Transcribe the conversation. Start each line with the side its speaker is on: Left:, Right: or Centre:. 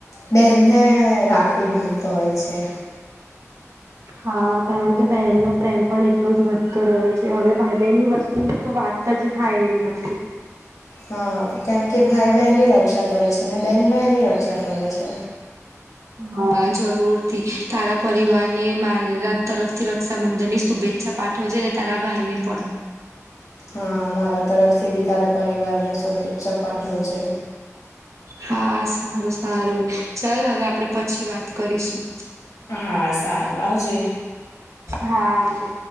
Left: બનને હ રાખડી બાંધતો હોય છે
Right: હા કારણ કે બહેનનો પ્રેમ પણ એટલો જ વધતો રહ્યો છે હવે ભાઈ બહેનની વસ્તુની તો વાત વાત જ થાય એવી નથી
Left: હા કેમ કે ભાઈ બહેન ની રક્ષા કરે છે ને બેન ભાઈ ની રક્ષા કરે છે
Right: હા જરૂર થી તારા પરિવાર ને મારીત તરફ થી રક્ષાબંધન ની શુભેચ્છા પાઠવજ ને તારા ભાઈ ને પણ
Left: હા મારા તરફથી બી તારા પરિવારને શુભેચ્છા પાઠવજે
Right: હા સારું સારું ચાલ હવે આપડે પછી વાત કરીશું
Left: હા સારું આવજે
Right: હા આવજે